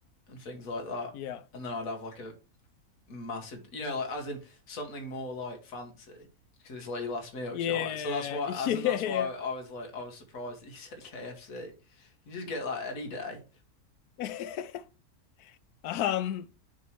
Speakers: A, on the left; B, on the left.
A: and things like that.
B: Yeah,
A: And then I'd have like a massive, you know, like as in something more like fancy because it's like your last meal,
B: yeah,
A: do you know? So that's why,
B: <laughs>
A: as
B: yeah.
A: in that's why I was like, I was surprised that you said KFC. You just get that any day.
B: <laughs> Um,